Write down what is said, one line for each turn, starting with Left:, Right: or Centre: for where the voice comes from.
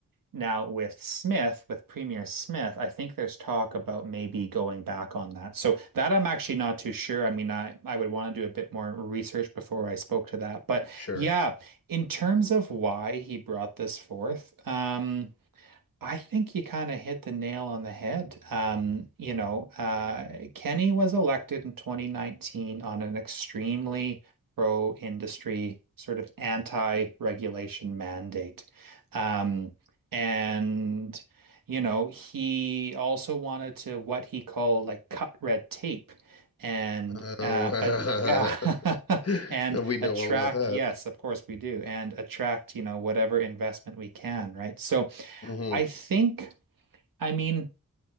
Right: now, with Smith, with Premier Smith, I think there's talk about maybe going back on that. So that I'm actually not too sure. I mean, I, I would want to do a bit more research before I spoke to that. But
Left: Sure.
Right: yeah, in terms of why he brought this forth, um, I think you kind of hit the nail on the head. Um, you know, uh, Kenny was elected in 2019 on an extremely pro-industry, sort of anti-regulation mandate. Um, and, you know, he also wanted to what he called like cut red tape and,
Left: Uh,
Right: uh, a, yeah,
Left: <laughs>
Right: <laughs> and
Left: we know
Right: attract,
Left: all about that.
Right: yes, of course we do, and attract, you know, whatever investment we can, right? So,
Left: Mm-hmm.
Right: I think, I mean,